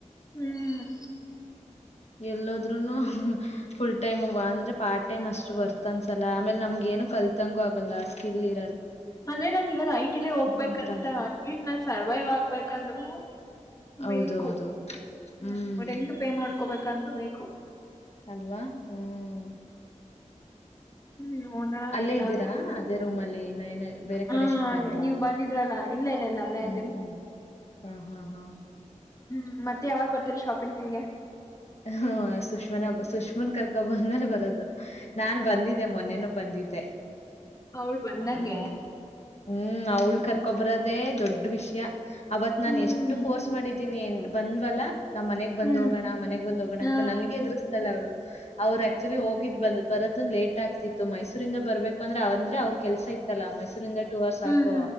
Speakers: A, on the left; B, on the left.
A: ಹ್ಮ್ ಹ್ಮ
B: ಎಲ್ಲೋದನು ಫುಲ್ ಟೈಮ್ ಅಂದ್ರೆ ಪಾರ್ಟ್ ಟೈಮ್ ಅಷ್ಟು ಬರ್ತ ಅನ್ಸಲ ಆಮೇಲೆ ನಮ್ಗ ನು ಕಲ್ತಂಗು ಆಗಲ್ಲ ಸ್ಕಿಲ್ ಇ
A: ಅಂದ್ರೆ ನಾನ ಇವಾಗ ಐ ಟಿಲೆ ಹೋಗ್ಬೇಕಂತ
B: ಒಂಥರ ಆಗ್ಬಿಟ್ಟಿದೆ.
A: ಅಟ್ಲೀಸ್ಟ್ ನಾನ್ ಸರ್ವೈವ್ ಆಗ್ಬೇಕಂದ್ರು
B: ಹೌದೌದು.
A: ಬೇಕು
B: ಹ್ಮ್.
A: ಹ್ಮ ರೆಂಟ್ ಪೇ ಮಾಡ್ಕೊಬೇಕಂದ್ರೆ ಬೇಕು
B: ಅಲ್ವಾ ಹ್ಮ್
A: ಹ್ಮ್ ನೋದೋಣ
B: ಅಲ್ಲೇ
A: ಏನಾಗದು
B: ಇದ್ದೀರಾ?
A: ಗೊತ್ತಿಲ್ಲ
B: ಅದೇ ರೂಮಲ್ಲಿ ಇನ್ನೇನು ಬೇರೆ
A: ಹ
B: ಕಡೆ ಶಿಫ್ಟ್ ಆಗಿಲ್ಲ?
A: ನೀವ್ ಬಂದಿದ್ರಲ್ಲ ಇಲ್ಲ ಇಲ್ಲ ಅಲ್ಲ
B: ಹ್ಮ್,
A: ಇದ್ದೀನಿ
B: ಹ್ಮ್. ಹಾ ಹಾ ಹಾ
A: ಹ್ಮ್ ಮತ್ತೆ ಯಾವಾಗ ಬರ್ತಾರೆ ಶಾಪಿಂಗ್ ಇಲ್ಗೆ
B: ಹ್ಮ ಸುಷ್ಮನಾ ಸುಷ್ಮನ್ ಕರ್ಕ ಬಂದ್ಮೇಲೆ ಬರೋದು ನಾನ್ ಬಂದಿದ್ದೆ ಮೊನ್ನನು ಬಂದಿದ್ದೆ
A: ಅವಳು ಬಂದಂಗೆ
B: ಹ್ಮ್ ಹ್ಮ್ ಅವಳ್ಕ ಬರದೆ ದುಡ್ಡು ವಿಷಯ ಅವತ್ತು ನಾನು
A: ಹ್ಮ್
B: ಫೋರ್ಸ್ ಮಾಡಿದೀನಿ ಅಂದ್ರೆ ಬಂದ್ವಲ ನಾ ಮನೆಗೆ ಬಂದು
A: ಹ್ಮ್
B: ಹೋಗೋಣ ನಾ ಮನೆಗೆ ಬಂದು ಹೋಗೋಣ
A: ಹ
B: ಅಂತ ನನಗೆ ದುಷ್ಟ ಅಲ್ವಾ ಅವರು ಹೆಚ್‍ಡಿ ಹೋಗಿದ್ ಬಂದು ಬರೋದು ಲೇಟಾಗ್ತಿತ್ತು ಮೈಸೂರಿಂದ ಬರಬೇಕಂದ್ರೆ ಅವರು ಕೇಳ್ತಿಲ್ಲ ಮಿಸ್ ಆತಲ್ಲ ಮೈಸೂರಿಂದ ಟೂ ಅವರ್ಸ್
A: ಹ್ಮ್
B: ಹಾಕುವ